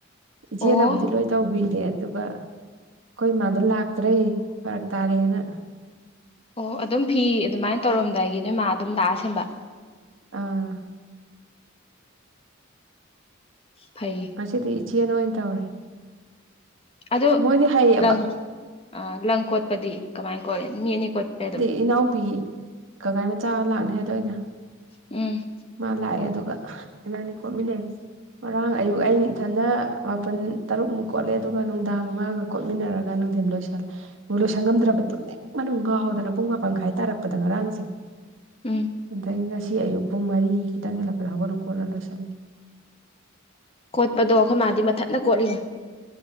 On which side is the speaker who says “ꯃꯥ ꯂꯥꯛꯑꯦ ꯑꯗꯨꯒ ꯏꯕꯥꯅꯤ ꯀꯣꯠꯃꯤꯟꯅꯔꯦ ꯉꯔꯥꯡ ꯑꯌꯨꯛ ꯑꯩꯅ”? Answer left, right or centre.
Right